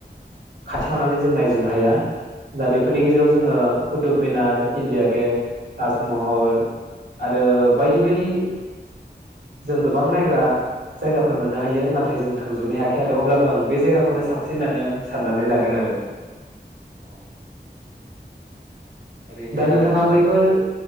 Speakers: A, on the right; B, on the right.
A: खाथि खानानै जों नाय ह दा बेफोरनि गेजेराव जोङो कटुब मनार इण्डिया गेट ताजमहल आरो बायदि बायदि जों गोबां नायग्रा जायगाफोर मोननो हायो नाथाय जों थांजोबनो हायाखै आरो अब्लाबो आं बे जायगाखौनो साबसिन होननानै आं साननानै लादों आरो
B: औ ओरैनो
A: दा नोंथाङा
B: ओ
A: बैफोर